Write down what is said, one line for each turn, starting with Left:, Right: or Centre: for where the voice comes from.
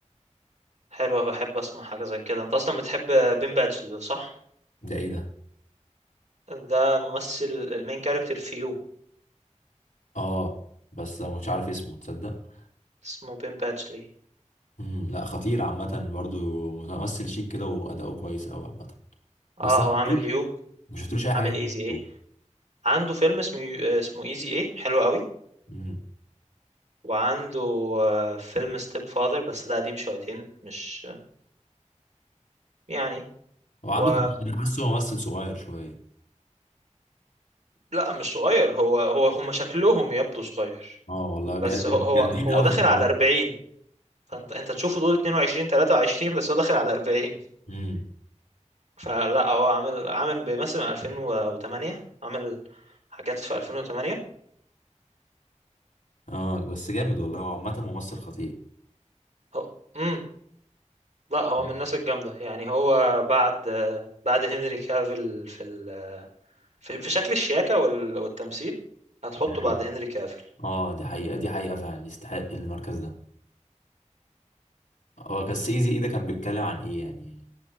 Right: حلوة بحب اسمع حاجة زي كده انت اصلا بتحب بين بادجلي صح
Left: ده ايه ده
Right: ده ممثل المين كاركتر في يو
Left: اه بس أنا مش عارف اسمه تصدق
Right: اسمه بين بادجلي
Left: امم لا خطير عامة برضو ممثل شيك كده وأداؤه كويس أوي عامة
Right: اه
Left: بس ما
Right: هو
Left: شفتلوش
Right: عامل يو
Left: ما شفتلوش أي حاجة
Right: عامل ايزي ايه
Left: تانية.
Right: عنده فيلم اسمه اسمه ايزي ايه حلو قوي
Left: امم
Right: وعنده آه، فيلم ستيب فاذر بس ده قديم شويتين مش آه، يعني
Left: هو عنده
Right: و...
Left: كام سنة؟ أنا حاسه ممثل صغير شوية
Right: لا مش صغير هو هو هم شكلهم يبدو صغير
Left: اه والله جا-
Right: بس
Left: جام-
Right: هو هو
Left: جامدين
Right: هو
Left: أوي
Right: داخل
Left: في الحوار
Right: على 40 فانت انت تشوفه تقول 22 23 بس هو داخل على 40
Left: امم
Right: فلا هو عامل عامل بيمثل من 2008 عامل حاجات في 2008
Left: اه بس جامد والله هو عامة ممثل خطير
Right: هو امم لا هو
Left: مم.
Right: من الناس الجامدة يعني هو بعد آه، بعد هنري كافيل في ال... في, في شكل الشياكة وال- والتمثيل هتحطه
Left: دي حقيقة
Right: بعد هنري كافيل
Left: اه دي حقيقة دي حقيقة فعلا يستحق المركز ده هو كان سيزي ايه ده كان بيتكلم عن ايه يعني